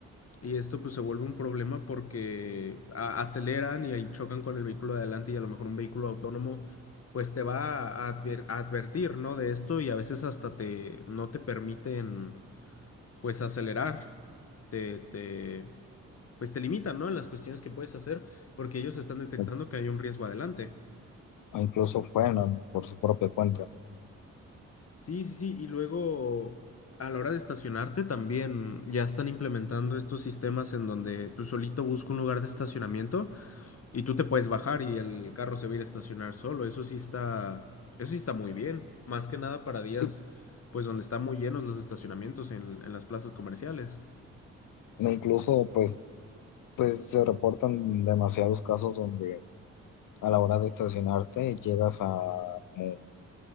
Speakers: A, on the left; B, on the left.
A: Y esto pues se vuelve un problema porque a- aceleran y ahí chocan con el vehículo de adelante y a lo mejor un vehículo autónomo pues te va a, advier- a advertir, ¿no? De esto y a veces hasta te no te permiten pues acelerar. Te, te pues te limitan, ¿no? En las cuestiones que puedes hacer porque ellos están detectando
B: O
A: que hay un riesgo adelante.
B: o incluso frenan por su propia cuenta.
A: Sí, sí, sí. Y luego a la hora de estacionarte también ya están implementando estos sistemas en donde pues solito busco un lugar de estacionamiento. Y tú te puedes bajar y el carro se va a ir a estacionar solo. Eso sí está, eso sí está muy bien. Más que nada para días,
B: Sí.
A: pues donde están muy llenos los estacionamientos en, en las plazas comerciales.
B: E incluso pues, pues se reportan demasiados casos donde a la hora de estacionarte llegas a como,